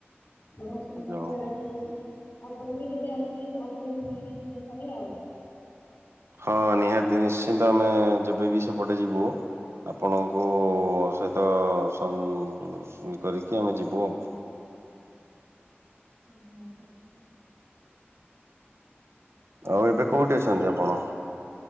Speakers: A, on the left; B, on the right.
A: ବଢିଆ ସୁନ୍ଦର
B: ଯାଉ
A: ଜାଗା
B: ହଉ
A: ଟା ହେଇଛି। ଆପଣ ବି କେବେ ଆସିଲେ ଆପଣ ବୁଲିକି ଯିବେ ଥରେ ଆଉ।
B: ହଁ ନିହାତି ନିଶ୍ଚିନ୍ତ ଆମେ ଯେବେ ବି ସେପଟେ ଯିବୁ ଆପଣଙ୍କୁ ସହିତ ସ୍ ଇ କରିକି ଆମେ ଯିବୁ ଆଉ।
A: ଆଜ୍ଞା, ଆଜ୍ଞା।
B: ଆଉ ଏବେ କୋଉଠି ଅଛନ୍ତି ଆପଣ?